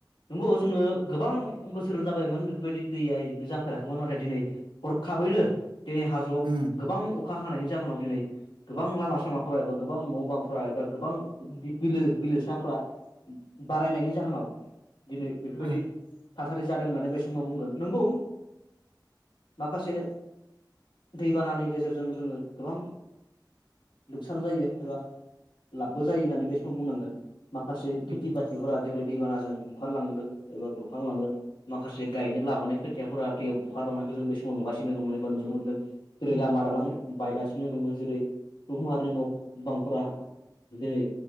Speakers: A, on the left (about 80°); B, on the right (about 80°).
A: नंगौ जोङो गोबां बोसोर जाबायमोन बेफोरबायदि दैया जाफेराखैमोन नाथाय दिनै हरखाबैनो दिनै हाजोआव
B: उम
A: गोबां अखा अखा हानायनि जाहोनाव दिनै गोबां लामा सामाफोरा एबा गोबां न' बांफोरा एबा गोबां बिलो बिलोसाफोरा बारायनायनि जाहोनाव दिनै बेफोरबायदि
B: उम
A: थासारि जादों होननानै बे समाव बुंगोन। नंगौ माखासे दैबानानि गेजेरजों जोङो गोबां लुखसान जायो एबा लाबबो जायो होननानै बे बुंनांगोन। माखासे खेथि
B: उम
A: बाथिफोरा जेरै दैबानाजों बुखारलांदों एबा बुरखांलांदों माखासे गायनो लाबोनाय खोथियाफोरा दैयाव बुखार लांनायखौ जों बे समाव नुगासिनो दङो एबा नुनो मोनदों। जेरै
B: उम
A: लामा दालां बायगासिनो दङो जेरै सुबुंहारिनि न' बांफोरा दिनै